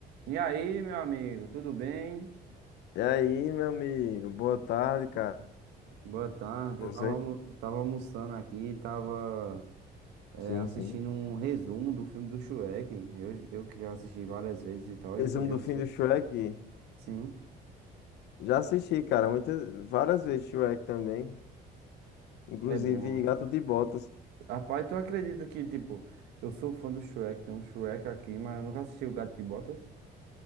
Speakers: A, on the right (about 80°); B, on the left (about 80°).
A: E aí, meu amigo, tudo bem?
B: E aí, meu amigo, boa tarde, cara.
A: Boa tarde.
B: Você?
A: Eu tava, almo- eu tava almoçando aqui, tava é,
B: Sim,
A: assistindo
B: sim.
A: um resumo do filme do Shrek. Eu, eu que já assisti várias vezes e tal,
B: Resumo
A: e tu já
B: do
A: assistiu?
B: fim do Shrek.
A: Sim,
B: Já assisti, cara, muitas, várias vezes Shrek também. Inclusive
A: é bom.
B: Gato de Botas.
A: Rapaz, tu acredita que, tipo, eu sou fã do Shrek, tem um Shrek aqui, mas eu nunca assisti o Gato de Botas.